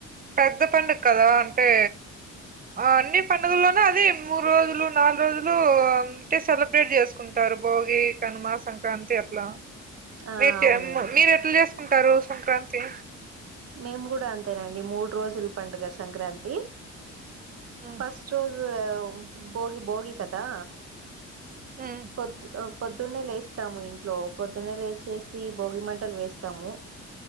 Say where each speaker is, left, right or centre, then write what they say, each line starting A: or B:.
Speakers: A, on the right (about 30°); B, on the right (about 50°).
A: పెద్ద పండగా కదా అంటే ఆ అన్ని పండగల్లోనే అది మొ మూడు రోజులు నాలుగు రోజులూ ఉంటే సెలబ్రేట్ చేస్కుంటారు భోగి కనుమా సంక్రాంతి ఇక అంతె అట్ల
B: ఆ
A: మీకెమ్
B: అవునండి
A: మీరెట్ల చేస్కుంటారు సంక్రాంతి
B: మేము గూడ అంతేనండి మూడు రోజులు పండుగ సంక్రాంతి
A: హ్మ్.
B: ఫస్ట్ రోజు భోగి భోగి కదా
A: హ్మ్.
B: పొద్ద్ అ పొద్దున్నే లేస్తాము ఇంట్లో పొద్దున్నె లేచేసి భోగి మంటలు వేస్తాము